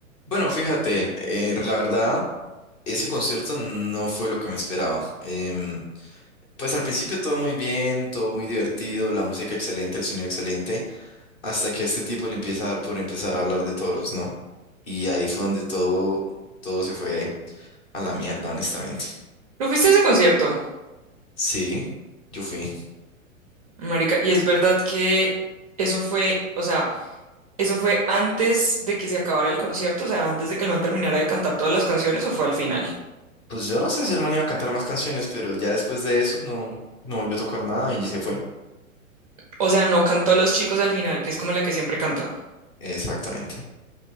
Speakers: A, on the left; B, on the right.
A: Bueno, fíjate, eh, la verdad, ese concierto no fue lo que me esperaba. Em, pues al principio todo muy bien, todo muy divertido, la música excelente, el sonido excelente, hasta que a este tipo le empieza a dar por empezar a hablar de toros, ¿no? Y ahí fue donde todo, todo se fue a la mierda, honestamente.
B: Tú fuiste a ese concierto,
A: Sí, yo fui.
B: marica, y es verdad que eso fue, o sea, eso fue antes de que se acabara el concierto, o sea, antes de que el man terminara de cantar todas las canciones, o fue al final.
A: Pues yo no sé si el man iba a cantar más canciones, pero ya después de eso no, no volvió a tocar nada y se fue.
B: O sea, no cantó Los Chicos al final, que es como la que siempre canta.
A: Exactamente.